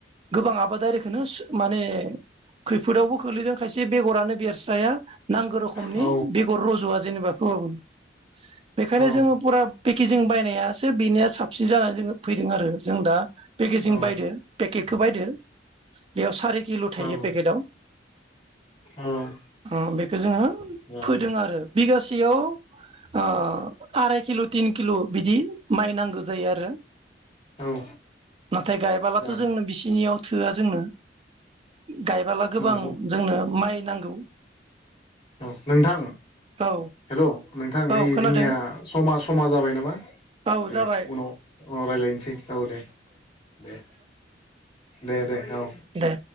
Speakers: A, on the right (about 30°); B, on the left (about 30°).
A: गोबां आबादारिखौनो माने खैफोदावबो खोलैदों खायसे बेगरानो बेरस्राया। नांगौ रोखोमनि
B: औ
A: बेगर रज'वा। जेनेबा फोबाबो। बेखायनो
B: औ
A: जोङो फुरा पेकेजिं बाय नायासो बिनाया साब बिसिनि जानानै जोङो फैदों आरो जों दा पेकेजिं
B: औ
A: बायदो पेकेट खो बायदो बेयाव सारि किल'
B: औ
A: थायो पेकेटआव
B: औ
A: ओ बेखौ जोङो
B: जाबाय
A: फोदों आरो बिगासे सेयाव ओ आराय किल' तिन किल' बिदि। माइ नांगौ जायो आरो
B: औ
A: नाथाय गायबोलाथ'
B: जागोन
A: जोंनो बिसिनियाव थोआ जोंनो। गायबोला गोबां
B: नंगौ
A: जोंनो माइ नांगौ।
B: औ नोंथां
A: औ
B: हेल' नोंथां
A: औ
B: ओइ
A: खोनादों
B: जोंनिया समा सम समा जाबाय नामा
A: औ
B: दे
A: जाबाय
B: उनाव उनाव रायलायनोसै औ दे दे दे दे औ।
A: दे